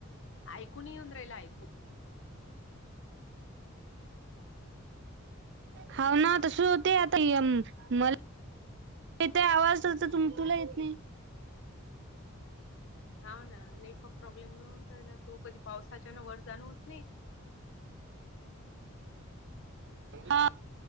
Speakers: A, on the left; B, on the right.
A: ऐकूून येऊन राहिला ऐकू
B: हाव ना त सु होते आता <unintelligible> मला ते आवाज तु <unintelligible> तुला येत नाही
A: हाव ना, नेटवर्क प्रॉब्लेम येऊन राहिला तो. कधी पावसाच्यानं वर जाणं होत नाही.
B: <inaudible> हा